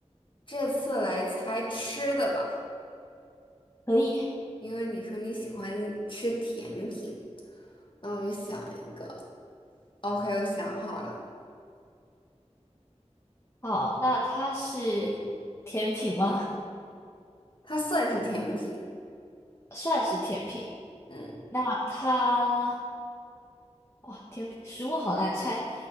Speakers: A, on the left; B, on the left.
A: 这次来猜吃的吧，
B: 可以。
A: 因为你说你喜欢吃甜品，那我就想一个。OK，我想好了，
B: 好，那它是甜品吗？
A: 它算是甜品。
B: 算是甜品。
A: 嗯。
B: 那它，哇，甜品，食物好难猜。